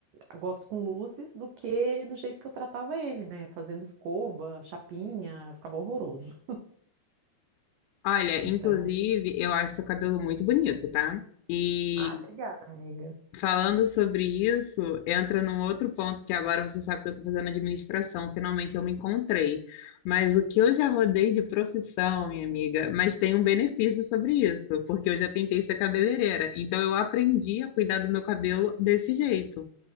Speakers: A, on the right (about 85°); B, on the left (about 85°).
A: eu gosto com luzes, do que do jeito que eu tratava ele, né? Fazendo escova, chapinha, ficava horroroso.
B: Olha,
A: Então.
B: inclusive, eu acho seu cabelo muito bonito, tá? E
A: Ah, obrigada, amiga.
B: Falando sobre isso, entra num outro ponto que agora você sabe que eu estou fazendo administração, finalmente eu me encontrei. Mas o que eu já rodei de profissão, minha amiga, mas tem um benefício sobre isso, porque eu já tentei ser cabeleireira, então eu aprendi a cuidar do meu cabelo desse jeito.